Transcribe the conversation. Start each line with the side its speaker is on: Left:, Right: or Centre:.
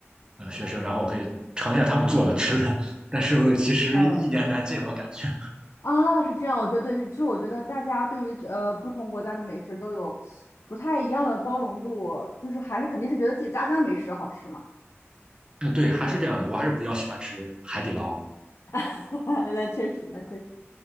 Right: 呃学生，然后我可以尝一下他们做的吃的，但是其实一言难尽，
Left: 嗯，
Right: 我感觉。
Left: 啊，是这样，我觉得对，其实我觉得大家对于呃不同国家的美食都有不太一样的包容度，就是还是肯定是觉得自己家乡美食好吃嘛。
Right: 嗯，对，还是这样的，我还是比较喜欢吃海底捞。
Left: <laughs> 那确实，那确实。